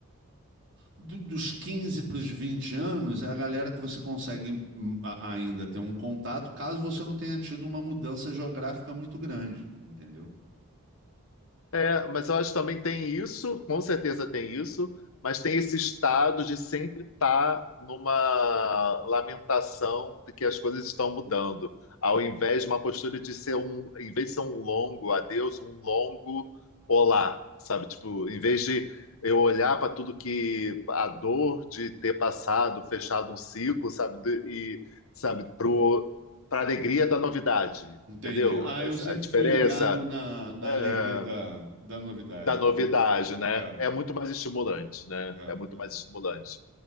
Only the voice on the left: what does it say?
É, mas eu acho que também tem isso, com certeza tem isso, mas tem esse estado de sempre estar numa lamentação de que as coisas estão mudando, ao invés de uma postura de ser um, em vez de ser um longo adeus, um longo olá, sabe? Tipo, em vez de eu olhar para tudo que a dor de ter passado, fechado um ciclo, sabe? Do- E sabe, pro para alegria da novidade,
entendeu?
A a diferença
é,
da novidade,
né?
É muito mais estimulante, né?
É muito
mais estimulante.